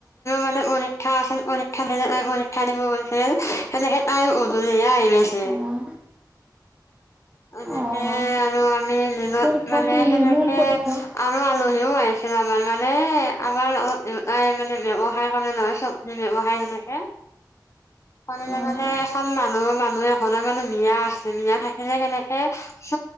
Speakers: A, on the left; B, on the right.
A: মানে পৰীক্ষা আছিল পৰীক্ষা দিল ঠাই দিব গৈছিল সে তাই গধূলহে আহি গেছে
B: অঁ
A: এনেকে
B: অঁ
A: আৰু আমি দিনত
B: পৰীক্ষা
A: মানে
B: কি
A: সেনেকে
B: এনুৱেল পৰীক্ষা
A: আৰু আলোহীওাই আমাৰ মানে আমাৰ অলপ মানে ব্য়ৱসায় কাৰণে নহয় চব ব্য়ৱসায় সেনেকে শনিলে
B: অঁ
A: মানে এখন মানুহ মানুহ এখ মানে মিয়া আছে মিয়া থাকিলে সেনেকে প্